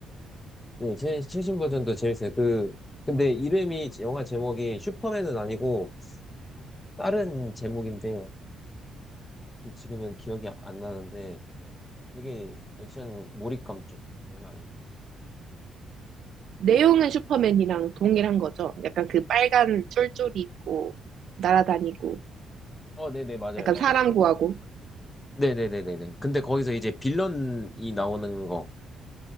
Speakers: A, on the left; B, on the right.
A: 네, 최, 최신 버전도 재밌어요. 그 근데 이름이 영화 제목이 슈퍼맨은 아니고 다른 제목인데 지금은 기억이 안 나는데 되게 액션 몰입감 좀 장난 아니다.
B: 내용은 슈퍼맨이랑 동일한 거죠. 약간 그 빨간 쫄쫄이 있고 날아다니고
A: 어, 네네, 맞아요,
B: 약간
A: 맞아요.
B: 사람 구하고.
A: 네네네네네. 근데 거기서 이제 빌런이 나오는 거.